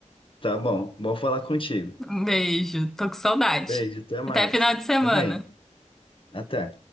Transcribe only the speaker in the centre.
Um beijo, tô com saudade.
Até final de semana.